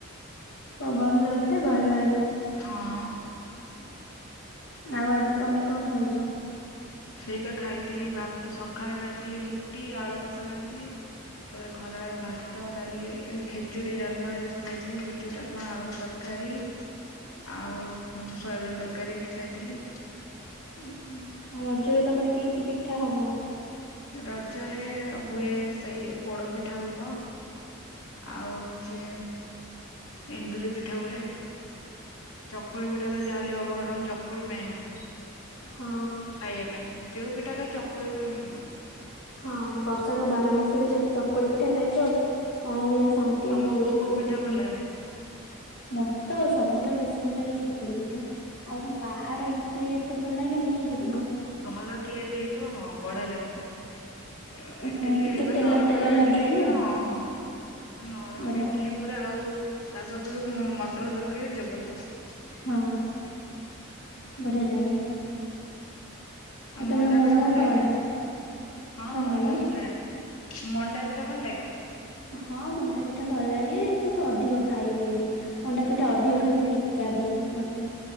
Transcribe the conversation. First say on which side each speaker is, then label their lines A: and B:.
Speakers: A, on the left (about 55°); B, on the left (about 80°).
A: ପବନ ଦୋଉଥାଏ ଭଲ ଲାଗେ।
B: ହଁ।
A: ଆଉ ଆଜି ତମେ କଣ ଖାଇଚ? ଟ
B: ସେଇପା ଖାଇଥିଲି ଭାତ ସକାଳେ ଖାଇଥିଲି ରୁଟି ଆଳୁ କଷା ଖାଇଥିଲି ତାପରେ ଖରା ବେଳେ ଭାତ ଡାଲି ଖିଚୁଡି ଡାଲମା ହେରିକା ସବୁ ଖାଇଥିଲି ଖେଚୁଡି ଡାଲମା ଆଳୁ ତରକାରୀ ଆଉ ସୋୟାବିନ ତରକାରୀ ଖାଇଥିଲି।
A: ଆଉ ରଜରେ ତମର କି କି ପିଠା ହବ?
B: ରଜରେ ହୁଏ ସେଇ ପୋଡ ପିଠା ହବ। ଆଉ ଓଚି ଏଣ୍ଡୁରି ପିଠା ହୁଏ। ଚକୁଳି ପିଠା ତ ଯାହାଲେ ହବ କାରଣ ଚକୁଳି ମେନ୍ ଖାଇବା
A: ହଁ
B: ପାଇଁ। ଯୋଉ ପିଠା ଖା ଚକୁଳିରେ ଉ‌ଁ
A: ହଁ ବର୍ଷାକ ବାର ମାସ ରେ ଯଦି ଚକୁଳି ପିଠା ଖାଆଯାଏ ତମ ଭଳିଆ ଶାନ୍ତି
B: ତମକୁ
A: ଆଉ କୋଉଠି କୋଉ
B: ପିଠା
A: ପିଠାରେ
B: ଭଲ
A: ନାହିଁ
B: ଲାଗେ
A: ମତେ ତ ସବୁଠାରୁ ବେଶୀ ଭଲ ଲାଗେ ଚକୁଳି ପିଠା ଆଉ ବାହାର ଇଟଲିି ଏତେ ଭଲ ଲାଗେନି ଯେ
B: ଘର ତିଆରି ହେଇଥିବ ହଁ ବଢିଆ ଲାଗେ। ଇ ଇଟିଲି
A: ହଁ ଟିକେ
B: ମାନେ
A: ତେଲ
B: ନରମ
A: ତେଲ
B: ନରମ
A: ଲାଗିଥିବ
B: ଇଟିଲି ହେଇଥିବ ହଁ ତ ନରମ
A: ବଢିଆ
B: ଇଟିଲି
A: ଲାଗେ
B: ପୁରା ଆଉ ତା ସବୁ ମ ମ <unintelligible> ଜବରଦସ୍ତ।
A: ହଁ। ବଢିଆ ଲାଗେ।
B: ଆଉ ମଣ୍ଡା
A: ତମେ ମୋମୋ
B: ପିଠ ଭଲଲାଗେନା
A: ଖାଅ ନା
B: ହଁ
A: କଣ
B: ମୋମୋ
A: କହିଲ?
B: ବି ଖାଏ। ମଣ୍ଡା ପିଠା ଭଲ ଲାଗେ?
A: ହଁ ମଣ୍ଡା ପିଠା ଭଲ ଲାଗେ କିନ୍ତୁ ଅଧିକ ଖାଇ ହୁଏନି ମଣ୍ଡା ପିଠା ଅଧିକ ଖାଇଲେ ହିକା ଦିଏ ମତେ।